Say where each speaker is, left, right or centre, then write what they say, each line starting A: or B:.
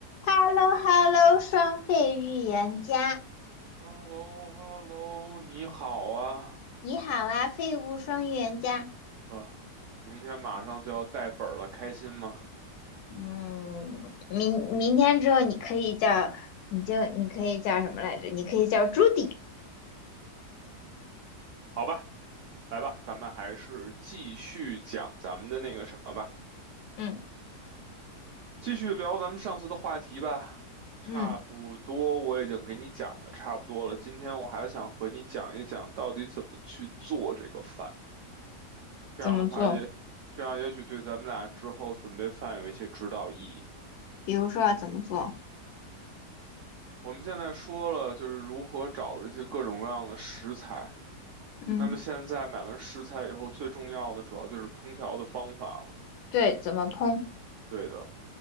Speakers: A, on the left; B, on the right.
A: h e l l o h e l l o 双废预言家，
B: h e l l o h e l l o 你好啊，
A: 你好啊，废物双预言家。
B: 啊，明天马上就要带本儿了，开心吗？
A: 嗯，明明天之后你可以叫，你就你可以叫什么来着？你可以叫朱迪。
B: 好吧，来吧，咱们还是继续讲咱们的那个什么吧，
A: 嗯
B: 继续聊咱们上次的话题吧。差不多，
A: 嗯，
B: 我已经给你讲的差不多了。今天我还想和你讲一讲到底怎么去做这个饭，这样的话也，
A: 怎么做？
B: 这样也许对咱们俩之后准备饭有一些指导意义。
A: 比如说啊怎么做？
B: 我们现在说了，就是如何找这些各种各样的食材。
A: 嗯，
B: 那么现在买完食材以后，最重要的主要就是烹调的方法了。
A: 对，怎么烹？
B: 对的，